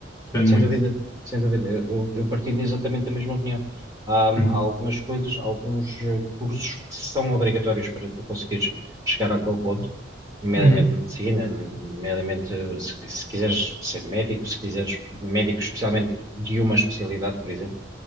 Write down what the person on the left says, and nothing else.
Depende
muito.
Uhum.
Uhum.